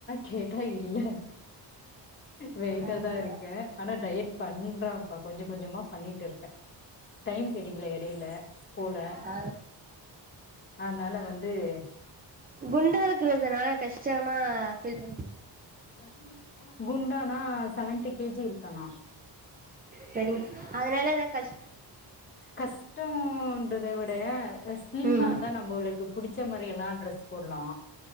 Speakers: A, on the left; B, on the right.
A: கேட்டா இல்ல வெயிட்டா
B: ஆஹா
A: தான் இருக்கே ஆனா டயட் பண்றப்பா கொஞ்சம் கொஞ்சமா பண்ணிட்டு இருக்கேன் டைம் கிடைக்கல இடையில போல
B: ஆ
A: அதனால வந்து அதோஸ்
B: குண்டாருக் இருக்குறதுனால கஷ்டமா பீல் பண்
A: <inaudible> குண்டானா செவன்டிி கேஜி இருக்கலா
B: சரிங்க அதனாலா தான் கஷ்
A: கஷ்டம்கரத விட ஸ்லிம்ம
B: ம்
A: தான் நம்ம உளுக்கு புடிச்ச மாரி எல்லாம் டரெஸ் போடலாம்